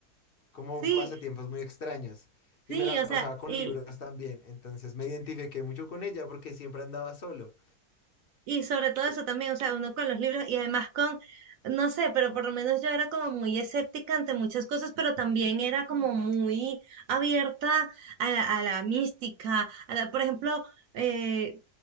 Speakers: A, on the left; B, on the right.
A: como
B: Sí,
A: pasatiempos muy extraños y
B: sí,
A: me la
B: o
A: pasaba
B: sea,
A: con
B: y,
A: libros también, entonces me identifiqué mucho con ella porque siempre andaba solo.
B: Y sobre todo eso también, o sea, uno con los libros y además con, no sé, pero por lo menos yo era como muy escéptica ante muchas cosas, pero también era como muy abierta a la, a la mística, a la, por ejemplo, eh,